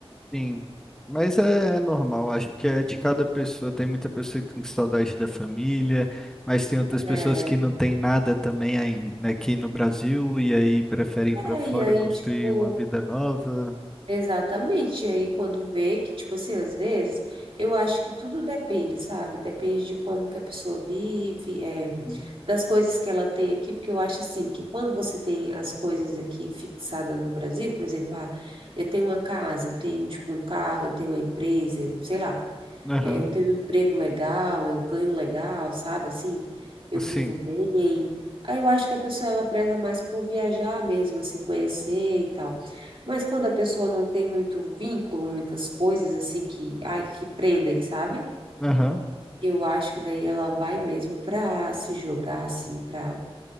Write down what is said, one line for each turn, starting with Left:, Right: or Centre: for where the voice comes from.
Centre: Sim, mas é, é normal, acho que é de cada pessoa. Tem muita pessoa que tem saudade da família, mas tem outras
Right: É, é,
Centre: pessoas que não tem nada também aí- né, aqui no Brasil e aí preferem ir
Right: é,
Centre: para fora
Right: e aí,
Centre: construir
Right: tipo,
Centre: uma vida nova.
Right: Exatamente. E aí, quando vê que, tipo assim, às vezes, eu acho que tudo depende, sabe? Depende de como que a pessoa vive, é,
Centre: Uhum.
Right: das coisas que ela tem aqui, porque eu acho assim que quando você tem as coisas aqui fixadas no Brasil, por exemplo, ah, eu tenho uma casa, eu tenho, tipo, um carro, eu tenho uma empresa, sei lá.
Centre: Aham,
Right: É, eu tenho um emprego legal, eu ganho legal, sabe? Assim, eu
Centre: Sim,
Right: vivo bem. Aí eu acho que a pessoa ela preza mais por viajar mesmo, assim, conhecer e tal. Mas quando a pessoa não tem muito vínculo, muitas coisas assim que, ai, que prendem, sabe?
Centre: aham,
Right: Eu acho que daí ela vai mesmo pra se jogar assim, pra